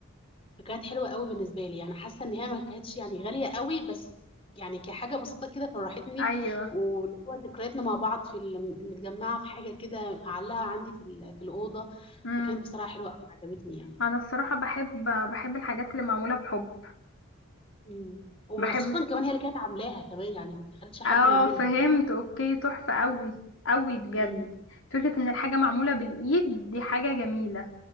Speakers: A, on the left; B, on the left.
A: فكانت حلوة قوي بالنسبة لي يعني حاسة ان هي ما كانتش يعني غالية قوي بس يعني كحاجة بسيطة كده فرحتني
B: ايوه
A: واللي هو ذكرياتنا مع بعض في ال- متجمعة في حاجة كده معلقة عندي في ال- في الأوضة
B: امم
A: فكانت بصراحة حلوة قوي عجبتني يعني
B: انا الصراحة بحب بحب الحاجات اللي معمولة بحب
A: امم وخصوصا
B: بحب
A: كمان هي اللي كانت عاملاها كمان يعني ما تخليش حد
B: اه
A: يعملها
B: فهمت اوكي تحفة قوي قوي بجد
A: امم
B: فكرة ان الحاجة معمولة بالايد دي حاجة جميلة